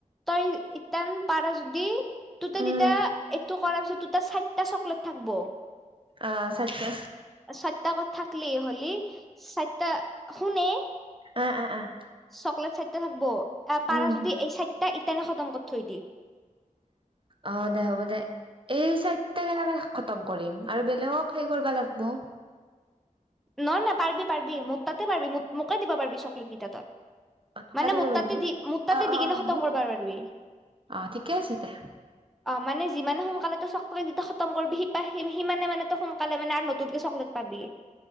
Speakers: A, in the centre; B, on the right (about 40°).
A: তই ইতান পাৰা যদি, তোৰ তেতিয়া
B: উম
A: এইটোক, কৰাৰ পিছত তোৰ তাৰ চাইটা চকলেট থাকব।
B: অ চাৰিটা
A: চাইটা কত থাকলি হ'লি, চাইটা, শুনে এ?
B: অঁ-অঁ-অঁ
A: চকলেট চাইটা থাকব। আহ পাৰা
B: উম
A: যদি এই চাইট তাক ইটান নে খতম কৰি থৈ দিয়ে।
B: অঁ দে হ'ব দে, এই চাইটা কেনেবাকে <unintelligible> খত তম কৰিম আৰু বেলেগক হেই কৰিব লাগিব।
A: নহয়-নহয় পাৰবি-পাৰবি, মোৰ তাতে পাৰবি, মোক মোকে দিব পাৰবি চকলেট কেইটা তই।
B: অ', টকা
A: মানে
B: দিব
A: মোৰ
B: পাৰিম
A: তাতে
B: ন?
A: দি মোৰ তাতে
B: অ', অ',
A: দি
B: অ',
A: কিনে খতম
B: হ'ব দে।
A: কৰিবা পাৰবি,
B: অ', ঠিকে আছে দে।
A: অ মানে যিমানে সোনকালে তোৰ চকলেটকিটা খতম কৰিবি সি-সি-সিমানে মানে তই সোনকালে মানে আৰু নতুনকে চকলেট পাবি।